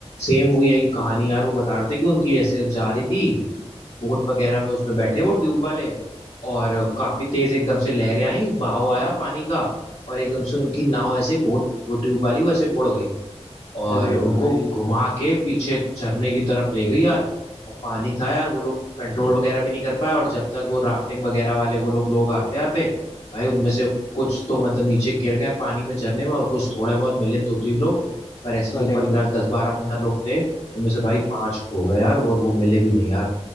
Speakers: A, on the left; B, on the left.
A: सेम वो यही कहानी यार वो बता रहे थे कि उनकी ऐसे जा रही थी बोट वगैरह में उसमें बैठे वो ट्यूब वाले और काफी तेज एकदम से लहरें आई बहाव आया पानी का और एकदम से उनकी नाव ऐसे बोट वो ट्यूब वाली वैसे मुड़ गई और
B: अरे
A: उनको
B: भाई
A: घुमा के पीछे झरने की तरफ ले गई यार और पानी था यार वो लोग कंट्रोल वगैरह भी नहीं कर पाए और जब तक वो राफ्टिंग वगैरह वाले वो लोग लोग आते आते भाई उनमें से कुछ तो मतलब नीचे गिर गए पानी में झरने में और कुछ थोड़े बहुत मिले दो तीन लोग पर ऐसे जो
B: अरे
A: पंद्रह दस बारह पंद्रह लोग थे उनमें से भाई पांच खो गए यार और वो मिले भी नहीं यार